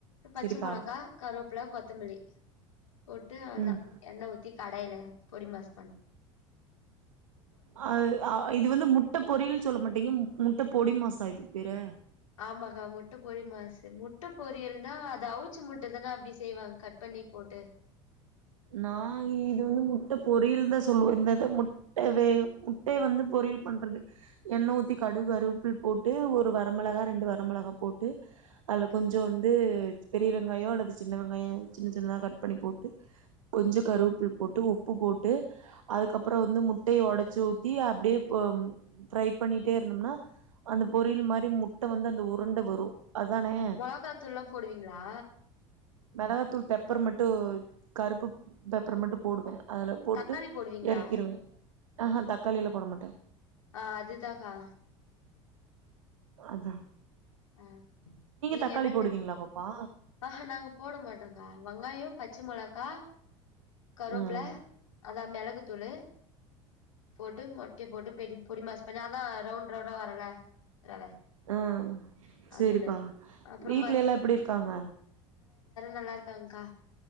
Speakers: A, on the left; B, on the right.
A: பச்ச
B: செரிப்பா
A: மொளகா கருவப்புல கொத்தமல்லி போட்டு அவ்ள்தா
B: ம்
A: எண்ண ஊத்தி கடைல பொடிமாஸ் பண்
B: அ அ இது வந்து முட்ட பொரியல் சொல்ல மாட்டீங்க ம் முட்ட பொடிமாஸா இதுக் பேரு
A: ஆமாக்கா முட்ட பொடிமாஸு முட்ட பொரியல்னா அத அவுச்ச முட்டதான அப்டி செய்வாங் கட் பண்ணி போட்டு
B: நா இது வந்து முட்ட பொரியல்தா சொல்லுவோ இந்த இத மு ட்ட வேக முட்டைய வந்து பொரியல் பண்றது எண்ண ஊத்தி கடுக் கருவப்ல போட்டு ஒரு வரமெளகா ரெண்டு வரமெளகா போட்டு அத்ல
A: அ
B: கொஞ்சொ வந்து பெரிய வெங்காயொ அல்லது சின்ன வெங்காயொ சின்ன சின்னதா கட் பண்ணி போட்டு கொஞ்சொ கருவப்ல் போட்டு உப்பு போட்டு அதுக்கப்பறொ வந்து முட்டையை ஒடச்சு ஊத்தி அப்டியே ப ம் ப்ரை பண்ணிட்டே இருந்தம்னா அந்த பொரியல் மாரி முட்ட வந்து அந்த உருண்ட வரு அதானே
A: மொளகாத்தூள்லா போடுவீங்ளா
B: மெளகாத்தூள் பெப்பர் மட்டு கருப்பு பெப்பர் மட்டு போடுவ அதுல போட்டு
A: தக்காளி போடுவீங்களா
B: எறக்கிருவ ஆ ஹ தக்காளி எல்லா போட மாட்ட
A: ஆ அதுதாகா
B: அதா
A: அ நீங்க
B: தக்காளி
A: என்னது
B: போடுவீங்களா பாப்பா
A: ஆ ஹ நாங்க போட மாட்டோங்கா வங்காயோ பச்சு மொளகா கருவப்ல
B: ம்
A: அதா மிளகுத்தூளு போட்டு மொட்ய போட்டு பெரி பொடி மாஸ் பண்ணி அதா ரவுண்ட் ரவுண்டா வரல ரவ
B: அ செரிப்பா
A: அந்த மாரி அப்றோ
B: வீட்ல எல்லா எப்புடி இர்க்காங்க
A: நல்லாருக்காங்க்கா